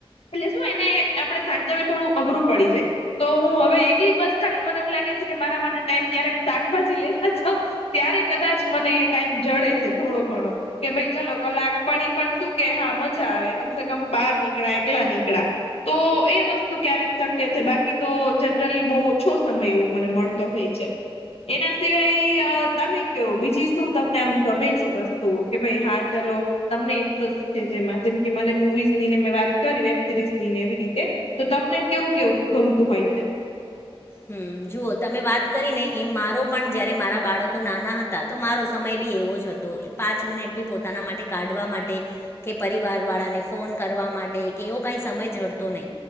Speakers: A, on the left (about 85°); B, on the left (about 25°).
A: એટલે શું એને આપણે સાચવી થોડું અઘરું પડી જા તો હું હવે એકલી બસ ખાલી મને એવું લાગે છે, કે મારા માટે ટાઈમ ક્યારેક શાકભાજી લેવા જ ત્યારે કદાચ મને એ ટાઈમ જડે છે, થોડો ઘણો કે ભાઈ ચાલો કલાક પણી પણ શું કે હા મજા આવે કમસે કમ બાર નીકળાય એકલા નીકળા તો એ વસ તુ ક્યારેક શક્ય છે, બાકી તો જનરલી બો ઓછો સમય એવો મને મળતો હોય છે. એના સિવાય તમે કયો બીજી શું તમને આમ ગમે છે, વસ્તુઓ કે ભાઈ હા ચલો તમને ઇન્ટરેસ્ટ છે જેમાં જેમ કે મને મુવીઝની ને મેં વાત કરી વેબ સિરીઝની ને એવી રીતે તો તમને કેવું કેવું ગમતું હોય છે?
B: હમ જુઓ તમે વાત કરીને એમ મારો પણ જયારે મારા બાળકો નાના હતા તો મારો સમય બી એવો જ હતો તો પાંચ મિનિટ બી પોતાના માટે કાઢવા માટે કે પરિવારવાળાને ફોન કરવા માટે કે એવો કાંઈ સમય ઝડતો નય.